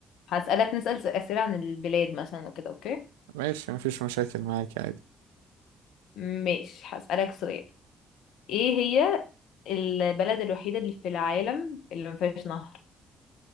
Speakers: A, on the left (about 65°); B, on the right (about 80°).
A: هسألك نسأل س- أسئلة عن البلاد مثلا كده اوكي
B: ماشي مفيش مشاكل معاكي عادي
A: ماشي هسألك سؤال ايه هي البلد الوحيدة اللي في العالم اللي ما فيهاش نهر